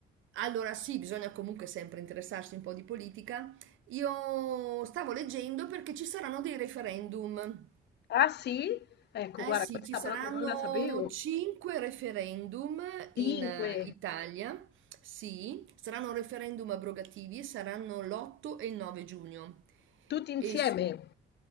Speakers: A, on the right; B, on the left.
A: Allora sì, bisogna comunque sempre interessarsi un po' di politica. Io stavo leggendo perché ci saranno dei referendum.
B: Ah sì? Ecco,
A: Eh
B: guarda,
A: sì,
B: questa
A: ci saranno
B: proprio non la sapevo.
A: cinque referendum in
B: Cinque,
A: eh, Italia. Sì, saranno referendum abrogativi e saranno l'8 e il 9 giugno.
B: tutti insieme.
A: E s-